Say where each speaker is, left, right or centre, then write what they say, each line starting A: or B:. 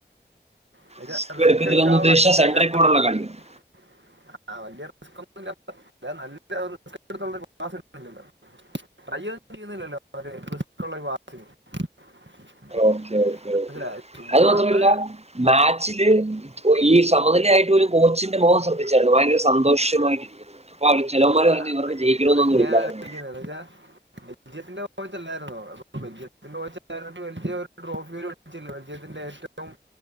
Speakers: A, on the right (about 75°); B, on the right (about 35°).
A: <inaudible>
B: റിസ്ക് എടുക്കത്തില്ലെന്ന് ഉദ്ദേശിച്ച സെന്ററിൽ കൂടെയുള്ള കളിയാണ്
A: <inaudible> <unintelligible>
B: ഓക്കെ ഓക്കെ
A: മനസ്സിലായി
B: ഓക്കെ
A: ചുമ്മാതെ
B: അത് മാത്രല്ല മാച്ചില് ഓ ഈ സമനിലയായിട്ട് ഒരു കോച്ചിന്റെ മുഖം ശ്രദ്ധിച്ചായിരുന്നോ ഭയങ്കര സന്തോഷമായിരിക്കും അപ്പൊ അവ ചിലന്മാർ
A: ആ,
B: ഇവർക്ക് ജയിക്കണമന്നൊന്നും
A: അതൊക്കെ
B: ഇല്ലാന്ന്
A: <unintelligible> ബെൽജിയത്തിന്റെ <unintelligible> അല്ലായിരുന്നോ ബെൽജിയത്തിന്റെ <unintelligible> ബെൽജിയം ഒരു ട്രോഫി വരെ <unintelligible> ബെൽജിയത്തിന്റെ ഏറ്റവും